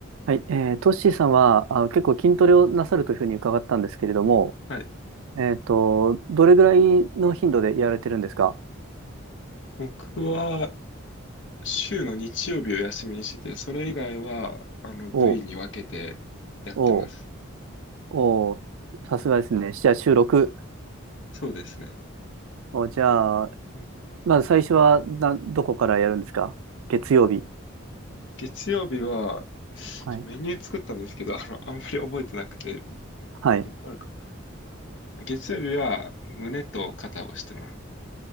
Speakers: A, on the right (about 80°); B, on the left (about 60°).
A: はい、えー、トッシーさんは、あ、結構筋トレをなさるというふうに伺ったんですけれども、
B: はい。
A: えっと、どれぐらいの頻度でやられてるんですか
B: 僕は週の日曜日を休みにしてて、それ以外は、あの、部位に分けてやってます。
A: おうおうおうさすがですね。じゃあ収録。
B: そうですね。
A: お、じゃあ、
B: うん
A: まず最初はな、どこからやるんですか月曜日。
B: 月曜日は、ちょメニュー作ったんですけど、
A: はい。
B: あの、あんまり覚えてなくて、
A: はい。
B: どこあるか。月曜日は胸と肩をしてます。